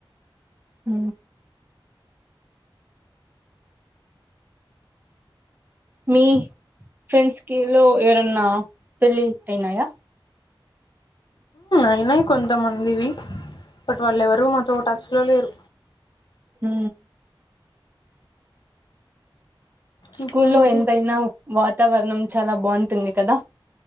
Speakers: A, on the right; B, on the left.
A: అ మీ ఫ్రెండ్స్ కి లో ఎవరన్నా పెళ్ళి అయినాయా
B: అయినా కొంతమందివి బట్ వాళ్ళు ఎవరు మాతో టచ్ లో లేరు
A: హ స్కూ
B: ఇంకేం
A: లో
B: మరి
A: ఎంతైనా వా వాతావరణం చాలా బాగుంటుంది కదా